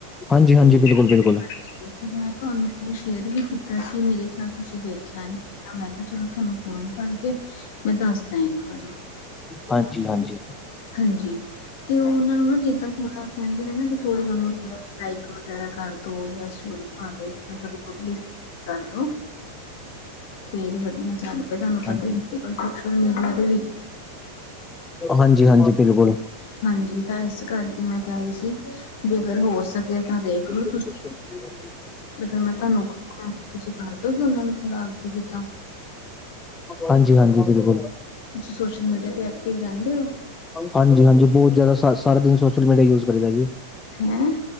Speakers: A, on the left; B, on the left.
A: ਹਾਂਜੀ ਹਾਂਜੀ
B: ਹਾਂਜੀ।
A: ਬਿਲਕੁਲ ਬਿਲਕੁਲ
B: ਤੇ ਮੈਂ ਤੁਹਾਨੂੰ ਉਹ ਸ਼ੇਅਰ ਵੀ ਕੀਤਾ ਸੀ। ਮੇਰੇ ਖਿਆਲ ਤੁਸੀਂ ਵੇਖਿਆ ਨੀ? ਮੈਂ ਕਿਹਾ ਚਲੋ ਤੁਹਾਨੂੰ ਫੋਨ ਕਰਕੇ। ਮੈਂ ਦੱਸ ਇੱਕ ਵਾਰੀ
A: ਹਾਂਜੀ ਹਾਂਜੀ
B: ਹਾਂਜੀ। ਤੇ ਉਹ ਉਹਨਾ ਨੂੰ ਨਾ ਜਿੱਦਾਂ ਥੋੜਾ ਕਹਿੰਦੇ ਨੇ ਨਾ ਵੀ ਥੋੜ੍ਹੀ ਉਹਨੂੰ ਲਕ। ਵਗੈਰਾ ਕਰ ਦੋ ਜਾਂ ਸਟੋਰੀ ਪਾਦੋ ਮੈਂ ਤੁਹਾਡੀੇ। ਕਰੋ ਪੇਜ ਵਧੀਆ ਚੱਲ। ਤੁਹਾਨੂੰ ਪਤਾ
A: ਹਾਂਜੀ
B: ਹੀ। ਅ ਸੋਸ਼ਲ ਮੀਡੀਆ ਦੇ ਵਿੱਚ।
A: ਹਾਂਜੀ-ਹਾਂਜੀ ਬਿਲਕੁਲ,
B: ਹਾਂਜੀ। ਤਾਂ ਇਸ ਕਰਕੇ ਮੈਂ ਕਿਹਾ ਹੀ ਸੀ। ਜੇ ਅਗਰ ਹੋ ਸਕੇ ਤਾਂ।
A: <unintelligible>
B: ਦੇਖਲੋ ਤੁਸੀਂ ਅਗਰ ਮੈਂ ਤੁਹਾਨੂੰ ਤੁਸੀਂ ਕਰ ਦਉਗੀ। ਉਹਨਾਂ ਨੂੰ ਥੋੜਾ ਅੱਗੇ ਜਿਦਾ।
A: ਹਾਂਜੀ ਹਾਂਜੀ ਬਿਲਕੁਲ।
B: ਤੁਸੀਂ ਸੋਸ਼ਲ ਮੀਡੀਆ ਤੇ। ਐਕਟਿਵ ਰਹਿੰਦੇ ਹੋ
A: ਹਾਂਜੀ - ਹਾਂਜੀ। ਬਹੁਤ ਜਿਆਦਾ ਸਾਰਾ ਦਿਨ ਸੋਸ਼ਲ ਮੀਡੀਆ ਯੂਜ਼ ਕਰੀਦਾ ਜੀ।
B: ਹੇਅ।